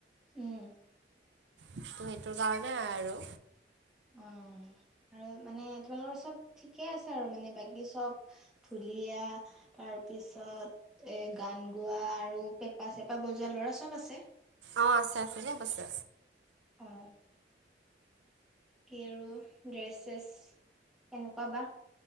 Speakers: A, in the centre; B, on the right (about 85°).
A: উম,
B: ত' সেইটোৰ কাৰণে আৰু।
A: অ', আৰু মানে তোমালোকৰ চব ঠিকে আছে আৰু মানে বাকী চব ধু ধুলীয়া তাৰ পিছত এ গান গোৱা আৰু পেঁপা চেপা বজোৱা ল'ৰা ছ চব আছে।
B: অ', আছে আছে চব আছে।
A: অ কি আৰু ড্ৰেছ ছেছ কেনেকুৱা বা?